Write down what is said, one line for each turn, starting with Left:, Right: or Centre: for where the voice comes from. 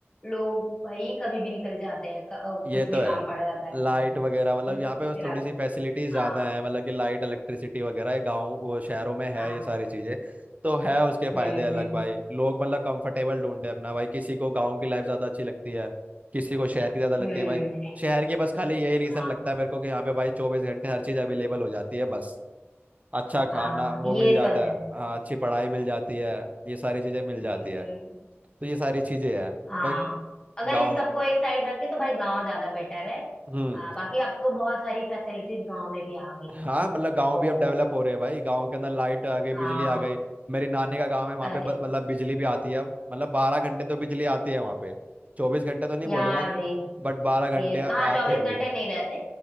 Left: लोग भाई कभी भी निकल जाते हैं क- अ,
Right: ये
Left: कुछ
Right: तो
Left: भी
Right: है
Left: काम पड़ जाता है
Right: लाइट
Left: तो
Right: वगैरह मतलब
Left: ये
Right: यहाँ
Left: दिख
Right: पे थोड़ी
Left: रहा
Right: सी
Left: था
Right: फैसिलिटीज ज़्यादा
Left: हाँ
Right: है मतलब कि लाइट इलेक्ट्रिसिटी वगैरह ये गाँव वो शहरों में है
Left: हाँ
Right: ये सारी चीज़ें तो है उसके फायदे
Left: हम्म
Right: अलग
Left: हम्म
Right: भाई लोग मतलब कंफर्टेबल ढूंढते हैं अपना भाई किसी को गाँव की लाइफ ज़्यादा अच्छी लगती है किसी को शहर की ज़्यादा लगती
Left: हम्म
Right: है भाई शहर की बस खाली यही रीज़न
Left: हाँ
Right: लगता है मेरे को कि यहाँ पे भाई चौबीस घंटे हर चीज़ अवेलेबल हो जाती है बस अच्छा खाना
Left: हाँ
Right: वो
Left: ये
Right: मिल जाता
Left: तो है
Right: है हाँ अच्छी पढ़ाई मिल जाती है ये सारी चीजें मिल
Left: हम्म
Right: जाती है तो ये सारी चीजें हैं
Left: हाँ
Right: भाई
Left: अगर
Right: गांव
Left: इन सबको एक साइड रखे तो भाई गांव ज्यादा बेटर है
Right: हम्म
Left: आ, बाकी अब तो बहुत सारी फैसिलिटीज गांव में भी आ गई
Right: हाँ
Left: हैं
Right: मतलब गांव
Left: तो
Right: भी अब डेवलप हो रहे हैं भाई गांव के अंदर लाइट आ गई
Left: हाँ
Right: बिजली आ गई मेरी नानी का गांव है वहाँ
Left: अरे
Right: पे ब- मतलब बिजली भी आती है अब मतलब बारह घंटे तो बिजली आती है वहाँ पे चौबीस घंटे तो नहीं
Left: यहाँ
Right: बोलूंगा
Left: भी
Right: बट बारह
Left: ये
Right: घंटे आती
Left: हाँ चौबीस
Right: है बिजली
Left: घंटे नहीं रहते